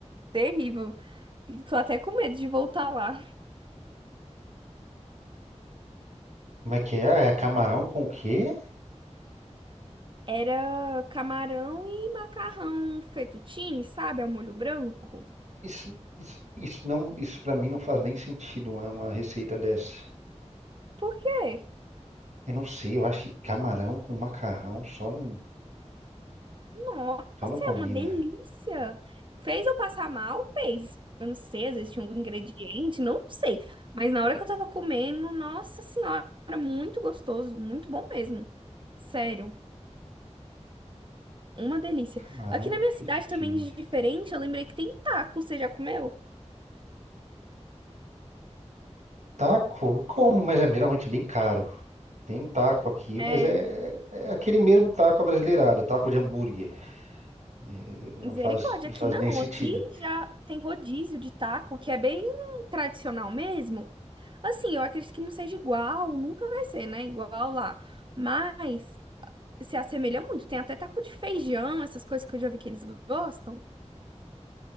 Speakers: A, on the right; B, on the right.
A: terrível. E Tô até com medo de voltar lá.
B: Como é que é? Ah, É camarão com o quê?
A: Era camarão e macarrão fettuccine, sabe? Ao molho branco.
B: Isso, isso, isso não, isso para mim não faz nem sentido uma, uma receita dessa.
A: Por quê?
B: Eu não sei, eu acho que camarão com macarrão só não,
A: Nossa,
B: só não combina.
A: é uma delícia. Fez eu passar mal? Fez. Eu não sei, às vezes tinha algum ingrediente, não sei. Mas na hora que eu tava comendo, nossa senhora, muito gostoso, muito bom mesmo. Sério, uma delícia.
B: Camarão
A: Aqui na
B: com
A: minha
B: fettuccine.
A: cidade também de diferente, eu lembrei que tem taco, você já comeu?
B: Taco? Como? Mas é geralmente bem caro. Tem taco aqui,
A: É,
B: mas é, é é aquele mesmo taco abrasileirado, taco de hambúrguer. É, Não
A: misericórdia,
B: faz, não
A: aqui
B: faz
A: não,
B: nem sentido.
A: aqui já tem rodízio de taco, que é bem tradicional mesmo. Assim, eu acredito que não seja igual, nunca vai ser, né? Igual lá. Mas se assemelha muito. Tem até taco de feijão, essas coisas que eu já vi que eles gostam.